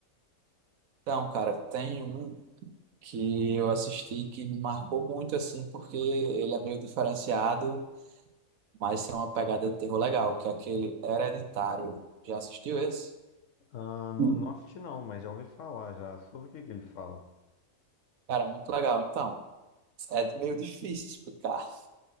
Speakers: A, on the right; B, on the left.
A: Então, cara, tem um que eu assisti que me marcou muito, assim, porque ele é meio diferenciado. Mas é uma pegada de terror legal, que é aquele Hereditário. Já assistiu esse?
B: Ah, no
A: Uhum.
B: Noft não, mas já ouvi falar já. Sobre o que que ele fala?
A: Cara, muito legal. Então, é meio difícil explicar,